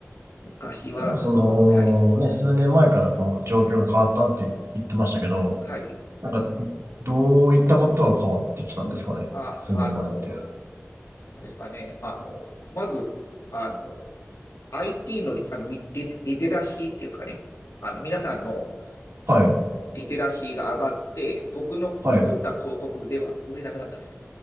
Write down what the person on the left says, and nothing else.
昔は、
はい、
はい、
あ、
あのーなんですかね、あのーまず、あの IT のリ、あのリ、リリテラシーっていうんですかね、あの皆さんの
リテラシーが上がって、僕の作った広告では売れなくなったんですよ。